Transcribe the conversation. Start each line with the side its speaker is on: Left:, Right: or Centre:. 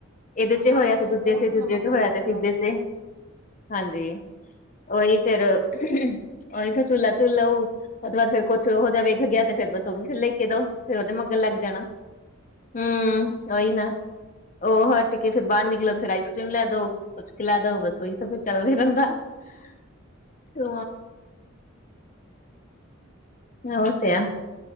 Left: ਇਹਦੇ
Right: ਹਾਂ
Left: ਚ ਹੋਇਆ
Right: ਉਹ ਤਾਂ ਫੇਰ
Left: ਤੇ ਦੂਜੇ
Right: ਗਏ
Left: ਤੇ ਦੂਜੇ
Right: ਲੰਬਾ
Left: ਤੇ
Right: ਖਾ
Left: ਹੋਇਆ
Right: ਕਰਾ
Left: ਤੀਜੇ
Right: ਕੇ ਆਉਣਾ।
Left: ਚ। ਹਾਂਜੀ ਉਹੀ ਫਿਰ ਉਹੀ ਫਿਰ ਝੁੱਲਾ ਝੁੱਲ ਲਊ ਉਹ ਤੋਂ ਬਾਅਦ ਫਿਰ ਕੁਛ ਹੋ ਜਾ ਵੇਖ ਗਿਆ ਤੇ ਫੇਰ ਬਸ ਉਹ ਵੀ ਫਿਰ ਲੈ ਕੇ ਦੋ। ਫਿਰ ਉਹਦੇ ਮਗਰ
Right: ਵੀ
Left: ਲੱਗ
Right: ਲੈ ਕੇ
Left: ਜਾਣਾ,
Right: ਦੋ
Left: ਹੂ ਓਹੀ ਨਾ ਓਹ ਹਟ ਕੇ ਫਿਰ ਬਾਹਰ ਨਿਕਲੋ, ਫਿਰ ਆਈਸ ਕ੍ਰੀਮ ਲੈ ਦੋ, ਕੁਛ ਕੁ ਲੈ ਦੋ, ਬਸ, ਓਹੀ ਸਭ ਫਿਰ ਚੱਲਦਾ ਰਹਿੰਦਾ। <unintelligible> ਹੂ, ਉਹ ਤੇ ਹੈ।